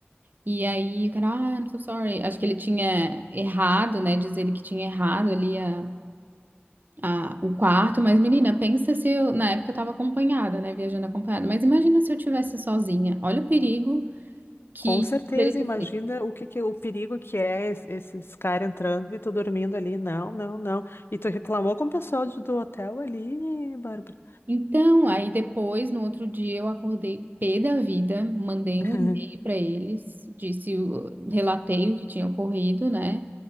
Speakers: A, on the right; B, on the left.
A: e aí o cara, ah, I'm so sorry. Acho que ele tinha errado, né? Diz ele que tinha errado ali a, a- o quarto, mas menina, pensa se eu, na época eu tava acompanhada, né? Viajando acompanhada, mas imagina se eu tivesse sozinha. Olha o perigo que
B: Com certeza,
A: poderia ter
B: imagina o que que, o perigo que é es- esses caras entrando e tu dormindo ali. Não, não, não. E tu reclamou com o pessoal de- do hotel ali, Bárbara?
A: Então, aí depois, no outro dia, eu acordei pé da vida, mandei
B: <laughs>
A: um e-mail para eles, disse, o- relatei o que tinha ocorrido, né?